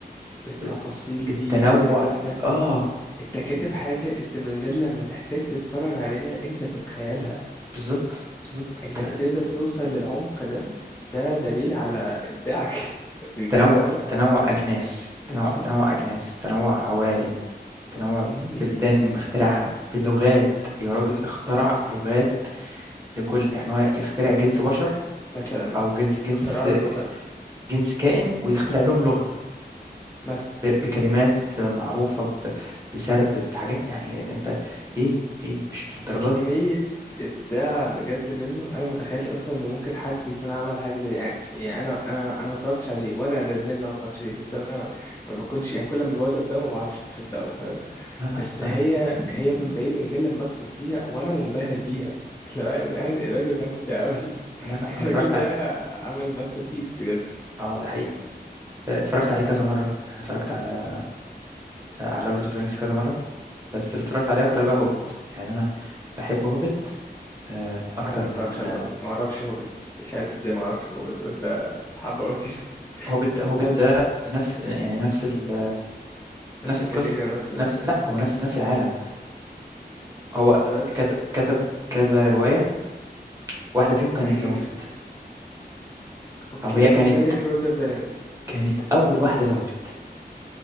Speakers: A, on the left; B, on the right.
A: التفاصيل
B: ب بالتنوُّع
A: دي بانك انت
B: آه،
A: انت كاتب حاجه انت من غير لما تحتاج تتفرج عليها انت بتتخيلها
B: بالضبط، بالضبط،
A: انك
B: أنت
A: تقدر توصل للعمق ده ده دليل على ابداعك <laughs> بجد
B: تنوُّع
A: نقطة
B: تنوُّع أجناس،
A: بالظبط
B: تنوُّع تنوُّع أجناس، تنوُّع عوالم، تنوُّع
A: مهم.
B: بلدان مخترعها، بلغات، يا راجل اخترع لغات لكل يعني هو يخترع جنس بشر
A: مثلا
B: أو جنس جنس
A: اختراع له لغة
B: جنس كائن ويخترع لهم لغة.
A: مثلا
B: ب بكلمات معروفة ب بسرد بحاجات يعني أنت إيه، إيه مش للدرجة
A: كمية
B: دي،
A: ابداع بجد منه انا متخيلش اصلا ان ممكن حد يكون عمل حاجة زي يعني يعني انا انا انا ما اتفرجتش عليه وانا ندمان ان انا ما اتفرجتش عليه بس انا ما بكونش يعني كل ما ببوظ ابداع ما بعرفش ابداه فاهم
B: لا، لأ،
A: بس هي
B: آه،
A: هي من بعيد من غير لما ادخل فيها وانا منبهر بيها <laughs> لو يا جدعان الراجل ده مبدع قوي
B: لا، لأ،
A: <laughs>
B: أنا
A: الراجل
B: اتفرّجت
A: ده
B: ع
A: عمل ماستر بيس بجد
B: آه، ده حقيقي، آآ، اتفرّجت عليه كذا مرّة، يعني اتفرّجت على على Lord of the Rings كذا مرّة، بس اللي اتفرّجت عليه أكتر بقى Hobbit، يعني أنا باحب Hobbit آآ، أكتر
A: انا ما
B: من
A: اتفرجش على هوبت ما اعرفش هوبت مش عارف ازاي ما اعرفش هوبت وانت حابه قوي كده
B: Hobbit ده Hobbit
A: حاسس
B: ده نفس يعني نفس ال
A: نفس
B: نفس
A: الكاتيجوري
B: القصة،
A: ونفس ال-
B: نفس لأ، هو نفس نفس العالم، هو
A: بس
B: كتب كتب كذا رواية، واحدة فيهم كانت
A: امم
B: The Hobbit
A: اوكي
B: أو هي
A: ده
B: كانت
A: تكملة لورد اوف ذا رينجز
B: كانت أول واحدة The Hobbit.